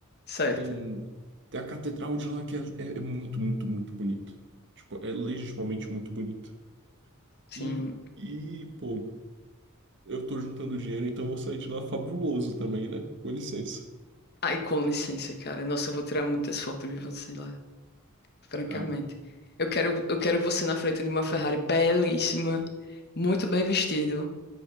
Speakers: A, on the left (about 50°); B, on the right (about 55°).
A: Certo.
B: Tem, tem a catedral de lá que é, é- é muito, muito, muito bonito. Tipo, é legitimamente muito bonito.
A: Sim.
B: E, e, pô, eu tô juntando dinheiro, então eu vou sair de lá fabuloso também, né? Com licença.
A: Ai, com licença, cara. Nossa, eu vou tirar muitas fotos de você lá. francamente.
B: Ah,
A: Eu quero, eu quero você na frente de uma Ferrari belíssima, muito bem vestido.